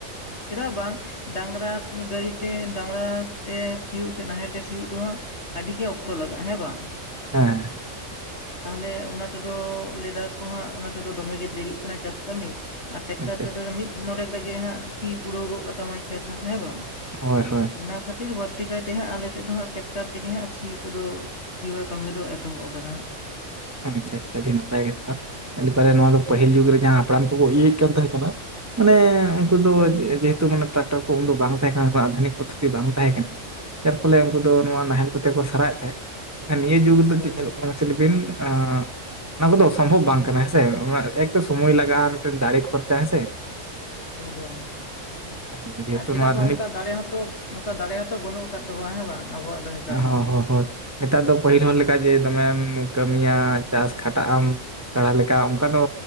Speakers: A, on the left (about 60°); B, on the right (about 20°).
A: ᱪᱮᱫᱟᱜ ᱵᱟᱝ, ᱰᱟᱝᱨᱟ ᱜᱟᱹᱰᱤᱛᱮ ᱰᱟᱝᱨᱟ ᱛᱮ ᱥᱤᱭᱳᱜ ᱥᱮ ᱱᱟᱦᱮᱞ ᱛᱮ ᱥᱤᱭᱳᱜ ᱨᱮᱦᱚᱸ ᱟᱹᱰᱤ ᱜᱮ ᱚᱠᱛᱚ ᱞᱟᱜᱟᱜᱼᱟ ᱦᱮᱸ ᱵᱟᱝ?
B: ᱦᱮᱸ,
A: <inaudible> ᱛᱟᱦᱚᱞᱮ ᱚᱱᱟ ᱛᱮᱫᱚ ᱞᱟᱹᱭ ᱫᱟᱠᱚ ᱦᱟᱸᱜ ᱚᱱᱟ ᱛᱮᱫᱚ ᱫᱚᱢᱮᱜᱮ ᱫᱮᱨᱤᱜ ᱠᱟᱱᱟ ᱪᱟᱥ ᱠᱟᱹᱢᱤ, ᱟᱨ ᱴᱮᱠᱴᱟᱨ
B: ᱟᱪᱪᱷᱟ
A: ᱛᱮᱫᱚ
B: ᱟᱪᱪᱷᱟ
A: ᱢᱤᱫ ᱱᱚᱰᱮᱠ ᱨᱮᱜᱮ ᱦᱟᱸᱜ ᱥᱤ ᱯᱩᱨᱟᱹᱣ ᱜᱚᱜ ᱠᱟᱛᱟ ᱢᱟᱭ ᱠᱷᱮᱛ ᱦᱟᱸᱜ ᱦᱮᱸ ᱵᱟᱝ?
B: ᱦᱳᱭ ᱦᱳᱭ,
A: ᱚᱱᱟ ᱠᱷᱟᱹᱛᱤᱨ ᱵᱟᱹᱲᱛᱤ ᱠᱟᱭᱛᱮ ᱦᱟᱸᱜ ᱟᱞᱮᱥᱮᱫ ᱫᱚ ᱦᱟᱸᱜ ᱴᱮᱠᱴᱟᱨ ᱛᱮᱜᱮ ᱦᱟᱸᱜ ᱥᱤ, ᱠᱚ ᱫᱚ ᱛᱤᱵᱟᱲᱟ ᱠᱟᱹᱢᱤ ᱫᱚ ᱮᱛᱚᱦᱚᱵ ᱟᱠᱟᱱᱟ ᱦᱟᱸᱜ,
B: ᱟᱪᱪᱷᱟ ᱟᱪᱷᱟ ᱟᱹᱰᱤ ᱱᱟᱯᱟᱭ ᱠᱟᱛᱷᱟ ᱤᱱᱟ ᱯᱟᱨᱮ ᱱᱚᱣᱟ ᱫᱚ ᱯᱟᱹᱦᱤᱞ ᱡᱩᱜᱽ ᱨᱮ ᱡᱟᱦᱟᱸ ᱦᱟᱯᱲᱟᱢ ᱠᱚᱠᱚ ᱤᱭᱟᱹᱭᱮᱫ ᱠᱟᱱ ᱛᱟᱦᱮᱸ ᱠᱟᱱᱟ, ᱢᱟᱱᱮ ᱩᱱᱠᱩ ᱫᱚ ᱡᱮᱦᱮᱛᱩ ᱢᱟᱱᱮ ᱴᱨᱟᱠᱴᱟᱨ ᱠᱚ ᱩᱱ ᱫᱚ ᱵᱟᱝ ᱛᱟᱦᱮᱸ ᱠᱟᱱᱟ ᱟᱫᱷᱩᱱᱤᱠ ᱯᱚᱫᱽᱷᱚᱛᱤ ᱵᱟᱝ ᱛᱟᱦᱮᱸ ᱠᱟᱱᱟ, ᱡᱟᱨ ᱯᱷᱚᱞᱮ ᱩᱱᱠᱩ ᱫᱚ ᱱᱚᱣᱟ ᱱᱟᱦᱮᱞ ᱠᱚᱛᱮ ᱠᱚ ᱥᱟᱨᱟᱣᱮᱫ ᱛᱟᱦᱮᱸᱫ ᱢᱮᱱᱠᱷᱟᱱ ᱱᱤᱭᱟᱹ ᱡᱩᱜᱽ ᱨᱮᱫᱚ
A: ᱦᱳᱭ
B: ᱪᱮᱫ ᱧᱮᱞᱚᱜ
A: ᱦᱳᱭ
B: ᱠᱟᱱᱟ ᱢᱟᱥᱮ ᱞᱟᱹᱭ ᱵᱤᱱ ᱟᱻ ᱚᱱᱟ ᱠᱚᱫᱚ ᱚᱥᱚᱢᱵᱷᱚᱵ ᱵᱟᱝ ᱠᱟᱱᱟ ᱦᱮᱸᱥᱮ ᱮᱠ ᱛᱚ ᱥᱚᱢᱳᱭ ᱞᱟᱜᱟᱜᱼᱟ ᱟᱨ ᱢᱤᱫᱴᱮᱱ ᱫᱟᱲᱮ ᱠᱷᱚᱨᱪᱟ ᱦᱮᱸᱥᱮ,
A: ᱮᱠᱫᱚᱢ,
B: <unintelligible>
A: ᱟᱨ ᱪᱮᱫᱟᱜ
B: ᱟᱫᱷᱩᱱᱤᱠ
A: ᱵᱟᱝ ᱚᱱᱠᱟ ᱫᱟᱲᱮ ᱦᱚᱸᱛᱚ ᱚᱱᱠᱟ ᱫᱟᱲᱮ ᱦᱚᱸᱛᱚ ᱵᱟᱹᱱᱩᱜ ᱟᱠᱟᱫ ᱛᱟᱵᱚᱣᱟ ᱦᱮᱸ ᱵᱟᱝ ᱟᱵᱚᱣᱟᱜ ᱫᱚ ᱱᱮᱛᱟᱨ
B: ᱦᱚᱸ
A: ᱢᱟ,
B: ᱦᱚᱸ ᱦᱳᱭ ᱱᱮᱛᱟᱨ ᱫᱚ ᱯᱟᱹᱦᱤᱞ ᱦᱚᱲ ᱞᱮᱠᱟ ᱡᱮ ᱫᱚᱢᱮᱢ ᱠᱟᱹᱢᱤᱭᱟ ᱪᱟᱥ ᱠᱷᱟᱴᱟᱜ ᱟᱢ, ᱠᱟᱲᱟ ᱞᱮᱠᱟ ᱚᱱᱠᱟ ᱫᱚ